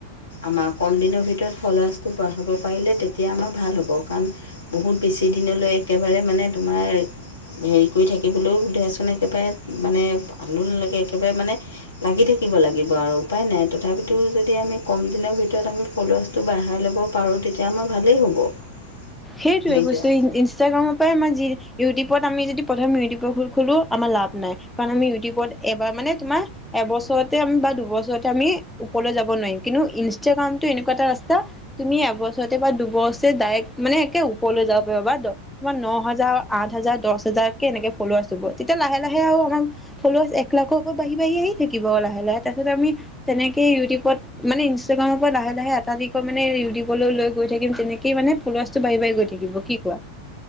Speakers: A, on the left; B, in the centre.
A: আমাৰ কম দিনৰ ভিতৰত ফলআৰচ বঢ়াব পাৰিলে তেতিয়া আমাৰ ভাল হ'ব কাৰণ বহুত বেছি দিনলৈ একেবাৰে মানে তোমাৰ হেৰি কৰি থাকিবলৈও ধাচোন একেবাৰে মানে ভালো নালাগে একেবাৰে মানে লাগি থাকিব লাগিব আৰু উপায় নাই তথাপিতো যদি আমি কম দিনৰ ভিতৰত আমি ফলুৱাছটো বঢ়াই ল'ব ল'ব পাৰোঁ তেতিয়া মাৰ ভালেই হ'ব।
B: সেইটোৱে
A: এনেকৈ
B: কৈছো ইনষ্টাগ্ৰামত আমাৰ যি ইউটিউবত আমি যদি প্ৰথম ইউটিউবৰ খোঁ আমাৰ লাভ নাই কাৰণ আমি ইউটিউবত এইবাৰ মানে তোমাৰ এবছৰতে আমি বা দুবছৰতে আমি ওপৰলৈ যাব নোৱাৰিম কিন্তু ইনষ্টাগ্ৰামতটো এনেকুৱা এটা ৰাস্তা তুমি এবছৰতে বা দুবছৰ ডাইৰেক্ট মানে একে ওপৰলৈ যাব পাৰিবা দ তোমাৰ ন হাজাৰ আঠ হাজাৰ দহ হাজাৰ কে এনেকে ফল আছো ব তেতিয়া লাহে লাহে আৰু আমাৰ ফলাৰছ একলাখো আকৌ বাঢ়ি-বাঢ়ি আহি থাকিব লাহে-লাহে তাৰিছত আমি তেনেকে ইউটিউবত মানে ইনষ্টাগ্ৰামৰ পৰা লাহে লাহে এটাইদি কৈ মানে ইউটিউবলৈ লৈ গৈ থাকিম তেনেকেই মানে ফ'ল'ৱাৰ্ছটো বাঢ়ি বাঢ়ি গৈ থাকিব কি কোৱা?